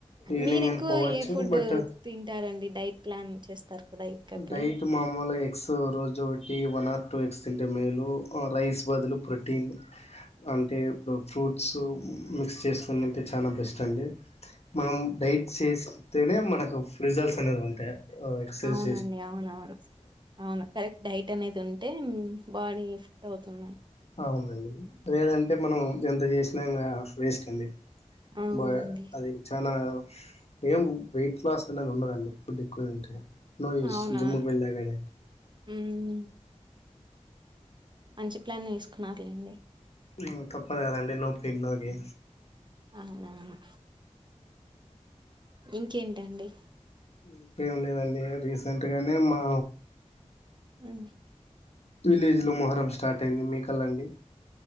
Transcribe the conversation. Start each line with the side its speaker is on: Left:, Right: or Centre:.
Left: ఈవినింగ్
Right: మీరు ఎక్కువ
Left: అని పోవచ్చు
Right: ఏ ఫుడ్
Left: బట్
Right: తింటారండి డైట్ ప్లాన్ చేస్తారు? కదా ఇకప్పుడు
Left: డైట్ మాములే ఎక్స సో రోజు ఒకటి వన్ ఆర్ టూ ఎగ్స్ తింటే మేలు రైస్ బదులు ప్రొటీన్ అంటే ఇప్పుడు ఫ్రూట్స్ మిక్స్ చేసుకుని తింటే చాలా బెస్ట్ అండి. మనం డైట్ చేస్తేనే మనకు రిజల్ట్స్ అనేది ఉంటాయి ఎక్ససైజ్
Right: అవునండి అవునవును అవును కరెక్ట్ డైట్ అనేది ఉంటే బాడీ ఫిట్ అవుతుంది.
Left: అవునండి లేదంటే మనం ఎంత చేసినా ఇంకా వేస్ట్ అండి.
Right: అవునండి
Left: బ అది చనా ఏం వెయిట్ లాస్ అనేది ఉన్నదండి ఫుడ్ ఎక్కువ తింటే నోయూస్
Right: అవునవును
Left: జిమ్మూ కి బెండ్ అయిపొయింది
Right: మ్మ్ మంచి ప్లాన్ ఏసుకున్నారు లేండి
Left: ఉ తప్పదు కదండి నొప్ప నకి
Right: అవునవును ఇంకేంటండి?
Left: ఇంకేం లేదండి రీసెంట్గానే మా
Right: ఉ
Left: విలేజ్ లో మొహరం స్టార్ట్ అయింది మీకల్లా అండి?